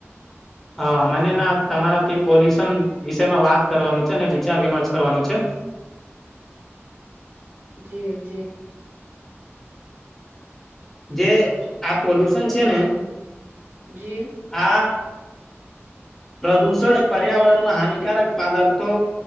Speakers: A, in the centre; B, on the right (about 55°).
A: અ મને ના તમારાથી પોલ્યુશન વિષમાં વાત કરવાનું છે, અને વિચાર વિમર્શ કરવાનું છે. <inaudible>
B: જી જી
A: જે આ પોલ્યુશન છે, ને
B: જી
A: આ પ્રદૂષણ એ પર્યાવરણમાં હાનિકારક પાદાર્થો